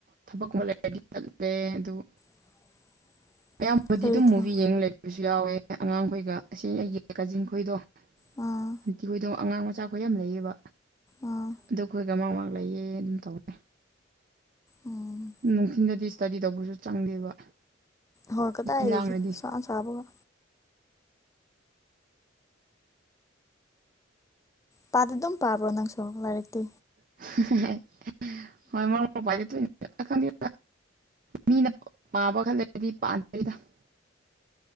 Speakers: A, on the right; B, on the left.
A: ꯊꯕꯛ ꯀꯨꯝꯕ ꯂꯩꯔꯗꯤ ꯆꯠꯂꯦ ꯑꯗꯨꯕꯨ
B: <inaudible>
A: ꯑꯌꯥꯝꯕꯗꯤ
B: ꯀꯔꯤ
A: ꯑꯗꯨꯝ
B: ꯊꯝ
A: ꯃꯨꯚꯤ ꯌꯦꯡ ꯂꯩꯕꯁꯨ ꯌꯥꯎꯋꯦ ꯑꯉꯥꯡꯈꯣꯏꯒ ꯑꯁꯤ ꯑꯩꯒꯤ ꯀꯥꯖꯤꯟ ꯈꯣꯏꯗꯣ
B: ꯑꯣ..
A: ꯑꯥꯟꯇꯤꯈꯣꯏꯗꯣ ꯑꯉꯥꯡ ꯃꯆꯥꯈꯣꯏ ꯌꯥꯝ ꯂꯩꯌꯦꯕ
B: ꯑꯥ
A: ꯑ ꯑꯩꯈꯣꯏꯒ ꯃꯥꯡ ꯃꯍꯥꯛ ꯂꯩꯌꯦ ꯑꯗꯨꯝ ꯇꯧꯅꯤ
B: ꯎꯝ
A: ꯅꯨꯡꯊꯤꯟꯗꯗꯤ ꯏꯁꯇꯗꯤ ꯇꯧꯕꯁꯨ ꯆꯪꯗꯦꯕ
B: ꯍꯣꯏ ꯀꯗꯥꯏꯘꯒꯤ
A: ꯃꯤ ꯂꯥꯡꯔꯗꯤ
B: ꯁꯥꯅ ꯁꯥꯕꯒ ꯄꯥꯗꯤ ꯑꯗꯨꯝ ꯄꯥꯕ꯭ꯔꯣ ꯅꯪꯁꯨ ꯂꯥꯏꯔꯤꯛꯇꯤ
A: <unintelligible> ꯈꯪꯗꯦ ꯃꯤꯅ ꯄꯥꯝꯕ ꯈꯜꯗꯒꯗꯤ ꯄꯥꯟꯗꯔꯤꯗ <unintelligible>